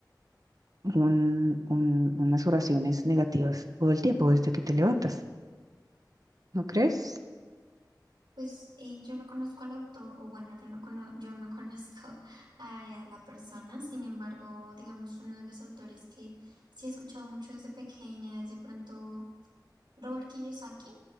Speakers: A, on the right; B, on the right.
A: Un- un- unas oraciones negativas todo el tiempo desde que te levantas, ¿no crees?
B: Pues eh, yo no conozco al autor, o bueno, yo no, cono- yo no conozco <laughs> a la persona. Sin embargo, digamos, uno de los autores que sí he escuchado mucho desde pequeña es de pronto Robert Kiyosaki.